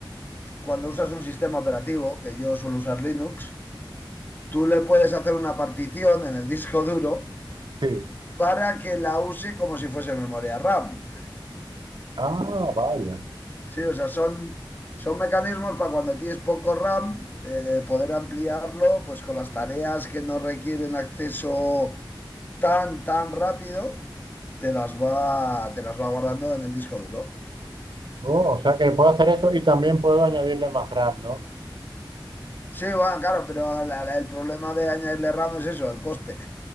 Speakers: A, on the left; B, on the right.
A: cuando usas un sistema operativo, que yo suelo usar Linux, tú le puedes hacer una partición en el disco duro
B: Sí.
A: para que la use como si fuese memoria RAM.
B: Ah, vaya.
A: Sí, o sea, son, son mecanismos para cuando tienes poco RAM, eh, poder ampliarlo pues con las tareas que no requieren acceso tan, tan rápido, te las va, te las va guardando en el disco duro.
B: Oh, o sea que puedo hacer eso y también puedo añadirle más RAM, ¿no?
A: Sí, bueno, claro, pero la- la- el problema de añadirle RAM es eso, el coste.